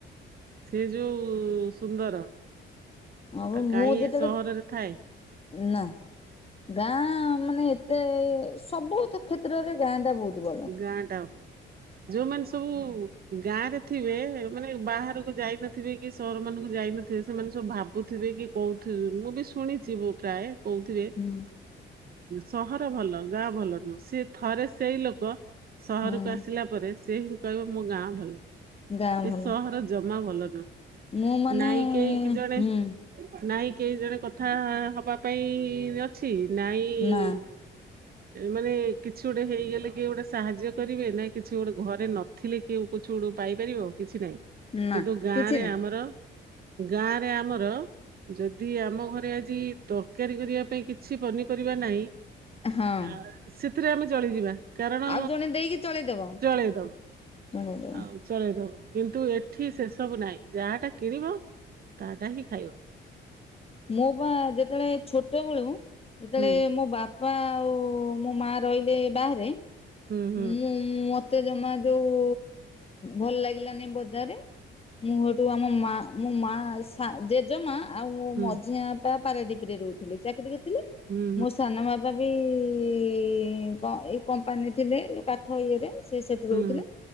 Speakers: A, on the right; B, on the left.
A: ସେ ଯୋଉ ସୁନ୍ଦର।
B: ହଁପ
A: ଆଉ
B: ମୁଁ
A: କାହିଁ
B: ଯେତେବେଳେ
A: ଏ ସହରରେ ଥାଏ
B: ନା। ଗାଁ ମାନେ ଏତେ ସବୁତ କ୍ଷେତ୍ରରେ ଗାଁ ଟା ବହୁତ ଭଲ।
A: ଗାଁ ଟା ଭଲ ଯୋଉମାନେ ସବୁ ଗାଁ ରେ ଥିବେ ମାନେ ବାହାରକୁ ଯାଇନଥିବେ କି ସର ମାନଙ୍କୁ ଯାଇନଥିବେ ସେମାନେ ସବୁ ଭାବୁଥିବେ କି କହୁଥିବେ ମୁଁ ବି ଶୁଣିଛି ବୋ ପ୍ରାୟ କହୁଥିବେ
B: ହୁଁ।
A: ସହର ଭଲ ଗାଁ ଭଲ ନୁହଁ ସେ ଥରେ ସେଇ ଲୋକ ଲୋକ ସହରକୁ
B: ହୁଁ
A: ଆସିଲା ପରେ ସେ ହିଁ କହିବ ମୋ ଗାଁ ଭଲ।
B: ଗାଁ ଭଲ
A: ଏ ସହର ଜମା ଭଲ ନୁହଁ।
B: ମୁଁ ମାନେ
A: ନାଇଁ କେହି କି ଜଣେ
B: ହୁଁ
A: ନାଇଁ କେହି ଜଣେ କଥା ହବା ପାଇଁ ଅଛି ନାଇଁ
B: ନା
A: ମାନେ କିଛି ଗୋଟେ ହେଇଗଲେ କିଏ ଗୋଟେ ସାହାଯ୍ୟ କରିବେ ନାଇଁ କିଛି ଗୋଟେ ଘରେ ନଥିଲେ କିଏଉ କିଛୁ ଡୁ ପାଇପାରିବ କିଛି ନାଇଁ।
B: ନା
A: କିନ୍ତୁ ଗାଁରେ
B: କିଛି ନାହିଁ
A: ଆମର ଗାଁରେ ଆମର ଯଦି ଆମ ଘରେ ଆଜି ତରକାରୀ କରିବା ପାଇଁ କିଛି ପନିପରିବା ନାହିଁ
B: ହଁ
A: ଆ ସେଥିରେ ଆମେ ଚଳିଯିବା। କାରଣ
B: ଆଉ ଜଣେ ଦେଇକି ଚଳେଇଦବ
A: ଚଳେଇଦବ
B: ଚଳେଇଦବ
A: ଆଉ ଚଳେଇଦବ। କିନ୍ତୁ ଏଠି ସେସବୁ ନାହିଁ ଯାହାଟା କିଣିବ ତାଟା ହିଁ ଖାଇବ।
B: ମୋ ବା ଯେତେବେଳେ ଛୋଟବେଳୁ ଯେତେବେଳେ
A: ହୁଁ
B: ମୋ ବାପ ପା ଆଉ ମୋ ମା ରହିଲେ ବାହାରେ
A: ହୁଁ ହୁଁ
B: ମୁଁ ମ ତେ ଜମା ଯୋଉ ଭଲ ଲାଗିଲାନି ବଜାର ମୁହେଠୁ ଆମ ମା ମୋ ମା ସା ଜେଜେମା ଆଉ ମୋ
A: ହୁଁ
B: ମଝିଆ ବାପା ପାରାଦ୍ୱିପରେ ରହୁଥିଲେ ଚାକିରିୀ କେ ତିଲେ
A: ହୁଁ
B: ମୋ ସାନ ବାବା ବି ଇ କ ଏ କମ୍ପାନୀ ଥିଲେ ଉ କା ଇଏରେ ସେ ସେଠି
A: ହୁଁ
B: ରହୁଥିଲେ
A: ହୁଁ